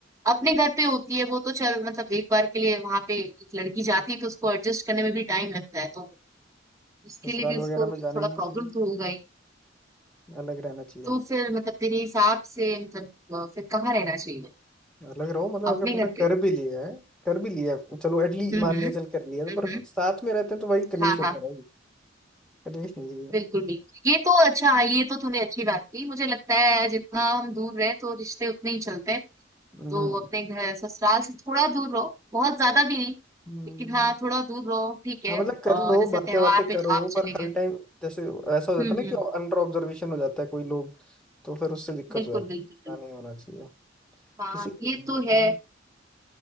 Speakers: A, on the right (about 15°); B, in the centre.
A: अपने घर पे होती है वो तो चल मतलब एक बार के लिए वहां पे एक लड़की जाती है तो उसको एडजस्ट करने में भी टाइम लगता है तो उसके
B: ससुराल
A: लिए भी
B: वगैरह
A: उसको
B: में जाना
A: थोड़ा
B: ही नहीं चाहिए
A: प्रॉब्लम तो हो गई
B: अलग रहना चाहिए
A: तो फिर मतलब तेरे हिसाब से मतलब अ, फिर कहाँ रहना चाहिए
B: लग रहा हो मतलब
A: अपने
B: अगर तुमने
A: घर
B: कर
A: पे
B: भी लिया है कर भी लिया है, चलो एटलीस्ट
A: हम्म
B: मान
A: हम्म
B: लिया चल कर लिया तो
A: हम्म
B: पर
A: हम्म,
B: साथ में रहते हैं तो भाई कलेश
A: हाँ
B: होता
A: हाँ
B: है भाई कलेश नहीं चाहिए
A: बिल्कुल बिल्कुल ये तो अच्छा हाँ, ये तो तूने अच्छी बात की मुझे लगता है जितना हम दूर रहे तो रिश्ते उतने ही चलते हैं
B: हम्म
A: तो अपने घर ससुराल से थोड़ा दूर रहो बहुत ज्यादा भी नहीं
B: हम्म।
A: लेकिन हाँ थोड़ा दूर रहो ठीक है
B: हाँ मतलब कर
A: और
B: लो
A: जैसे
B: बातें
A: त्योहार
B: बातें करो
A: पे आप चले
B: पर
A: गए
B: हर टाइम जैसे ऐसा हो जाता
A: हम्म
B: है ना कि
A: हम्म
B: अंडर ऑब्जर्वेशन हो जाता है कोई लोग तो फिर उससे दिक्कत
A: बिल्कुल
B: हो जाती
A: बिल्कुल
B: है
A: बिल्कुल
B: ऐसा नहीं होना चाहिए
A: हाँ
B: किसी को
A: ये
B: भी नहीं
A: तो
B: होना चाहिए
A: है